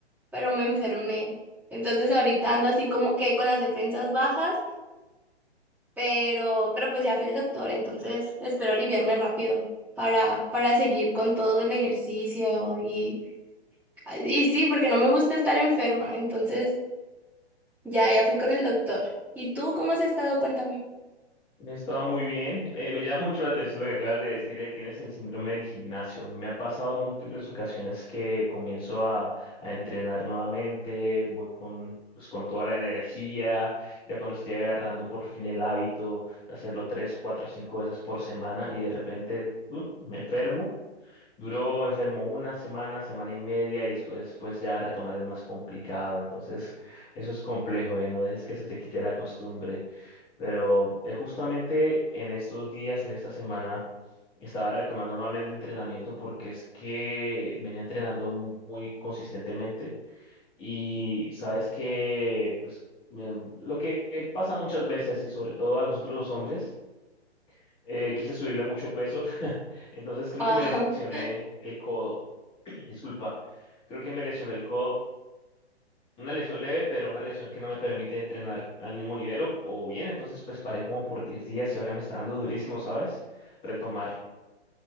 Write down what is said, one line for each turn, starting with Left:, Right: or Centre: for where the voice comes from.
Centre: pero me enfermé. Entonces ahorita ando así como que con las defensas bajas pero, pero pues ya fui al doctor, entonces espero aliviarme rápido para, para seguir con todo el ejercicio y, y sí, porque no me gusta estar enferma, entonces ya, ya fui con el doctor. ¿Y tú cómo has estado? Cuéntame.
Left: He estado muy bien. Eh, me llama mucho la atención lo que acabas de decir. eh, Tienes el síndrome del gimnasio. Me ha pasado múltiples ocasiones que comienzo a, a entrenar nuevamente. Voy con, pues, con toda la energía. Ya cuando estoy agarrando por fin el hábito de hacerlo tres, cuatro, cinco veces por semana y de repente uh, me enfermo Duró enfermo una semana, semana y media y después pues ya retomar es más complicado. Entonces eso es complejo, ¿eh? No dejes que se te quite la costumbre. Pero eh, justamente en estos días, en esta semana, estaba retomando nuevamente entrenamiento porque es que venía entrenando mu- muy consistentemente y sabes que pues me- lo que pasa muchas veces y sobre todo a nosotros los hombres, eh, quise subirle mucho peso. <laughs> Entonces creo
Centre: Ah,
Left: que me lesioné
Centre: <laughs>
Left: el codo. Disculpa, creo que me lesioné el codo, una lesión leve, pero una lesión que no me permite entrenar al mismo nivel o, o bien, entonces pues paré como por 10 días y ahora me está dando durísimo, ¿sabes? Retomar.